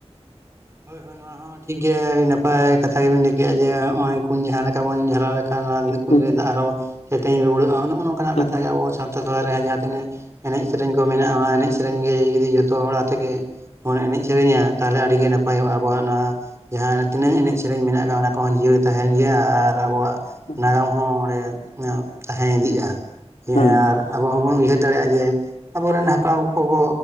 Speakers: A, on the right; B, on the left.
A: ᱦᱳᱭ ᱦᱳᱭ ᱱᱚᱣᱟ ᱦᱚᱸ ᱴᱷᱤᱠ ᱜᱮᱭᱟ ᱟᱹᱰᱤ ᱱᱟᱯᱟᱭ ᱠᱟᱛᱷᱟ ᱜᱮᱵᱤᱱ ᱞᱟᱹᱭ ᱠᱮᱫᱼᱟ, ᱡᱮ ᱱᱚᱜᱼᱚᱭ ᱠᱩᱧ ᱡᱟᱦᱟᱸ ᱞᱮ ᱠᱟ ᱵᱚᱱ ᱡᱷᱟᱞᱟᱣ ᱞᱮᱠᱷᱟᱱ ᱠᱩᱧ
B: ᱦᱩᱸ
A: ᱨᱮ ᱫᱟᱜ ᱟᱨᱚ ᱥᱮᱛᱮᱧ ᱨᱩᱣᱟᱹᱲᱼᱟ ᱱᱚᱜᱼᱚ ᱱᱚᱝᱠᱟᱱᱟᱜ
B: ᱦᱩᱸ
A: ᱠᱟᱛᱷᱟ ᱜᱮ ᱟᱵᱚ ᱥᱟᱱ <inaudible> ᱡᱟᱦᱟᱸ ᱛᱤᱱᱟᱹᱜ ᱮᱱᱮᱡ ᱥᱮᱨᱮᱧ ᱠᱚ ᱢᱮᱱᱟᱜ-ᱟ ᱚᱱᱟ ᱮᱱᱮᱡ ᱥᱮᱨᱮᱧ ᱜᱮ ᱡᱩᱫᱤ ᱡᱚᱛᱚ ᱦᱚᱲ ᱟᱛᱮ ᱜᱮ ᱮᱱᱮᱡ ᱥᱮᱨᱮᱧ ᱟ ᱛᱟᱦᱚᱞᱮ ᱟᱹᱰᱤ ᱜᱮ ᱱᱟᱯᱟᱭᱚᱜ-ᱟ᱾ ᱟᱵᱚᱣᱟᱜ ᱚᱱᱟ ᱡᱟᱦᱟᱸ ᱛᱤᱱᱟᱹᱜ ᱮᱱᱮᱡ ᱥᱮᱨᱮᱧ ᱢᱮᱱᱟᱜ ᱠᱟᱫ ᱠᱚ ᱡᱤᱭᱟᱹᱲ ᱛᱟᱦᱮᱱ ᱜᱮᱭᱟ ᱟᱨ ᱟᱵᱚᱣᱟᱜ
B: ᱦᱩᱸ
A: ᱱᱟᱜᱟᱢ ᱦᱚᱸ ᱚᱸᱰᱮ ᱛᱟᱦᱮᱸ ᱤᱫᱤᱜ-ᱟ᱾ ᱦᱮᱸ
B: ᱦᱩᱸ
A: ᱟᱨ ᱟᱵᱚ ᱦᱚᱸᱵᱚᱱ ᱩᱭᱦᱟᱹᱨ ᱫᱟᱲᱮᱭᱟᱜ-ᱟ ᱡᱮ ᱟᱵᱚᱨᱮᱱ ᱦᱟᱯᱲᱟᱢ ᱠᱚᱠᱚ